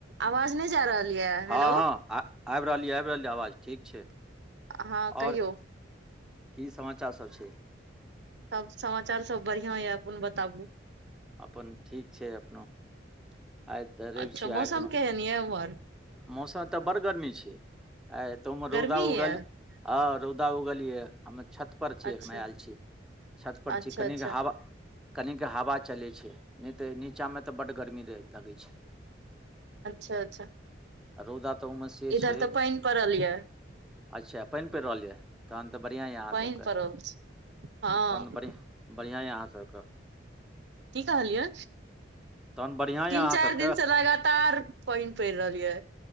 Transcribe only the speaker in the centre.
हँ
हँ आ आबि रहली आबि रहली आवाज ठीक छै।
आओर
की समाचार सब छै।
अपन ठीक छै अपनो। आइ तऽ रवि
छियै
आइ कोनो
मौसम तऽ बड़ गर्मी छै आ ए तमे
रौदा
उगल ह रौदा उगल यै हमे छत। छ पर छी
एखने आयल छी छत पर
छी कनिक
हवा। कनिक हवा चलै छै। नहि तऽ नीचाँमे तऽ बड्ड गर्मी रहै लगै छै।
आ रौदा तऽ ओमे से
छै।
अच्छा पानि पड़ि रहल यए तहन तऽ बढ़िआँ यए अहाँसभके।
आ तहन बढ़ि बढ़िआँ यए अहाँसभके।
तहन बढ़िआँ यऽ
अहाँ
सबके